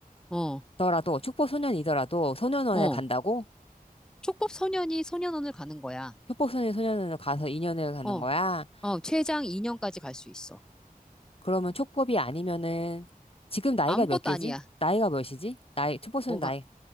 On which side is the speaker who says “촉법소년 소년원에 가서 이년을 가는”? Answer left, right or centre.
Left